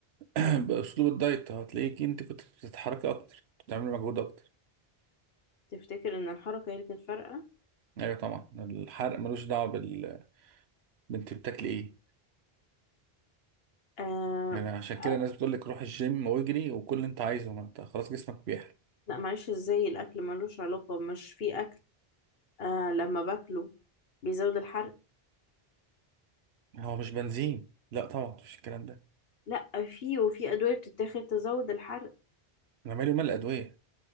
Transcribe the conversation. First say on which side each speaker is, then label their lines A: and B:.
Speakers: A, on the right; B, on the left.
A: <clears throat> باسلوب الدايت هتلاقيك انت كنت بتتحركي اكتر كنت بتعملي مجهود اكتر
B: تفتكر ان الحركه هي اللي كانت فارقه
A: ايوه طبعا الحرق ملوش دعوة بال... بنت بتاكلي ايه
B: آه
A: يعني عشان كده
B: آه،
A: الناس بتقول لك روح الجيم واجري وكل اللي انت عايزه ما انت خلاص جسمك بيحرق
B: لا معلش ازاي الاكل ملوش علاقه مش في اكل آه لما باكله بيزود الحرق
A: هو مش بنزين لا طبعا مفيش الكلام ده
B: لا في وفي ادويه بتتاخد تزود الحرق
A: انا مالي ومال الادوية